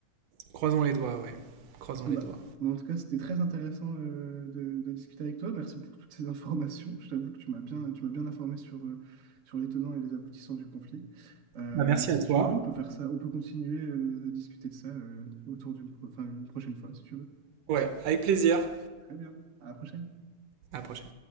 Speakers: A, on the right; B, on the right.
A: croisons les doigts, ouais. Croisons
B: Bon,
A: les
B: Bah,
A: doigts.
B: mais en tout cas, c'était très intéressant euh, de, de discuter avec toi. Merci pour toutes ces <laughs> informations. Je t'avoue que tu m'as bien, tu m'as bien informé sur, euh, sur les tenants et les aboutissants du conflit. Euh,
A: Bah, merci
B: mais si
A: à toi.
B: tu veux, on peut faire ça, on peut continuer euh, de discuter de ça euh, autour d'une pro- enfin, une prochaine fois, si tu veux.
A: Ouais, avec plaisir.
B: Très bien. À la prochaine.
A: À la prochaine.